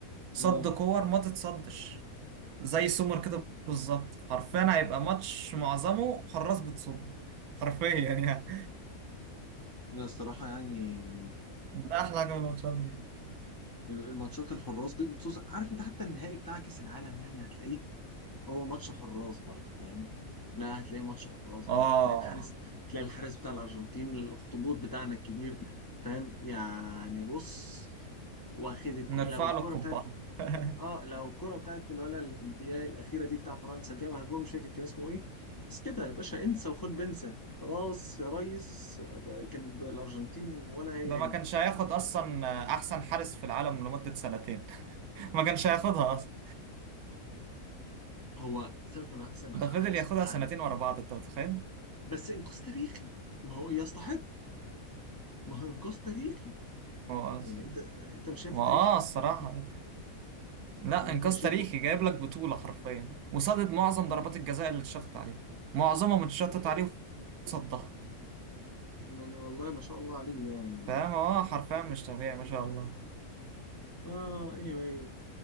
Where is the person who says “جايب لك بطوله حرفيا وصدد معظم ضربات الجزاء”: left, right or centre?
Right